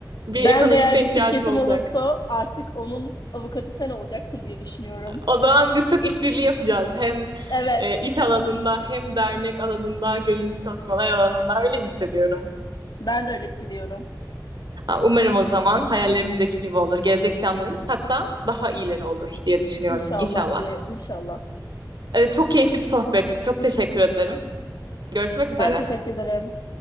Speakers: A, on the right; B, on the left.
A: Bir
B: Ben
A: ekonomiste
B: de eğer bir
A: ihtiyacım
B: şirketim
A: olacak.
B: olursa artık onun avukatı sen olacaksın diye düşünüyorum.
A: O zaman biz çok işbirliği yapacağız. Hem
B: Evet,
A: e, iş alanında hem dernek alanında, gönüllü çalışmalar alanında öyle hissediyorum.
B: ben de öyle hissediyorum.
A: Ha, Umarım o zaman hayallerimizdeki gibi olur. Gelecek planlarımız hatta daha iyileri olur diye düşünüyorum
B: İnşallah
A: inşallah.
B: diye, inşallah.
A: Evet, çok keyifli bir sohbetti. Çok teşekkür ederim. Görüşmek üzere.
B: Ben teşekkür ederim.